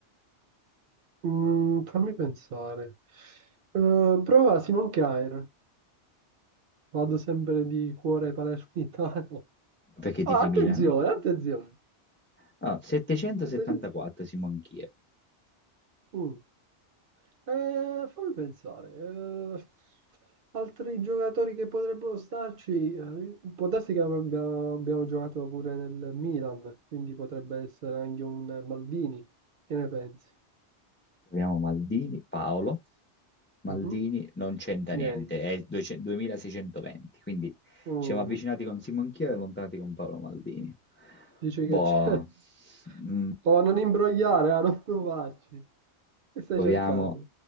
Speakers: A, on the right; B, on the left.
A: Mm, fammi pensare. Eh, prova Simon Kjaer. Vado sempre di cuore palermitano.
B: perché
A: Ah,
B: tifi
A: attenzione,
B: Milan. eh?
A: attenzione.
B: Allora, 774
A: 700
B: Simon Kier.
A: mm. Eh, fammi pensare. eh, altri giocatori che potrebbero starci, eh, può darsi che abbiamo, abbiamo giocato pure nel Milan, quindi potrebbe essere anche un Maldini. Che ne pensi?
B: Proviamo Maldini, Paolo. Maldini
A: Mhm.
B: non c'entra
A: Niente.
B: niente, è 200 2620, quindi ci
A: Mm.
B: siamo avvicinati con Simon Chia e allontanati con Paolo Maldini.
A: Dice
B: Boh,
A: che c'è. <laughs>
B: mm,
A: Oh, non imbrogliare, a non provarci. Che stai
B: proviamo.
A: cercando?